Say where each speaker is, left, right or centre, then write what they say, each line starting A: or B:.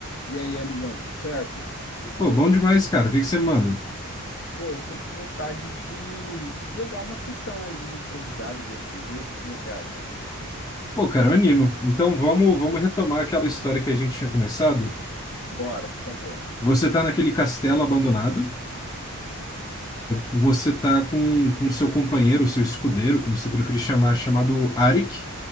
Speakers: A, on the left; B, on the left.
A: E aí, amigão, tudo certo?
B: Pô, bom demais, cara. O que que você manda?
A: Pô, eu tô com vontade de jogar uma sessão aí improvisada de RPG. O que que você acha?
B: Pô, cara, eu animo. Então vamos, vamos retomar aquela história que a gente tinha começado.
A: Bora, por favor.
B: Você tá naquele castelo abandonado. Você tá com, com seu companheiro, seu escudeiro, como você preferir chamar, chamado Arik.